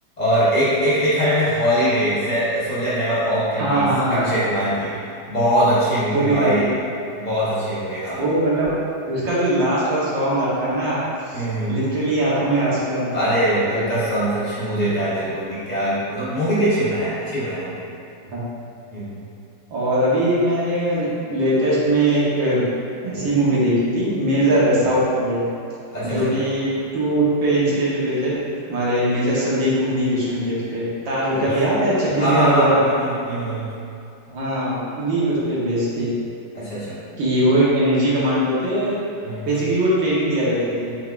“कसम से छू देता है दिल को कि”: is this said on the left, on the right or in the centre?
Left